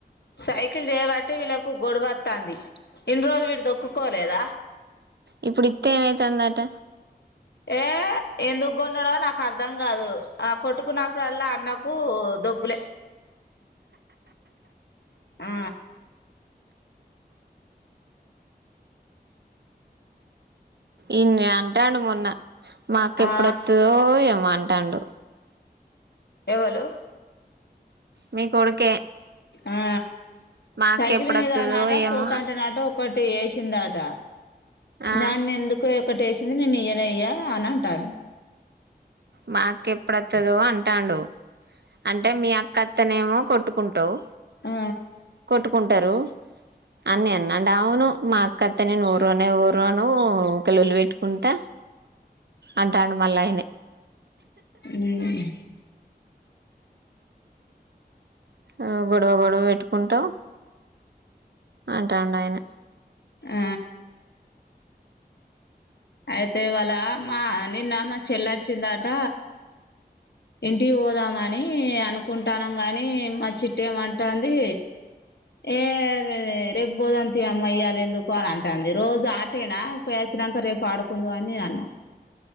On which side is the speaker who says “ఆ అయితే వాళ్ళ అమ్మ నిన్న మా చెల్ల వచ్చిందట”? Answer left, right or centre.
Left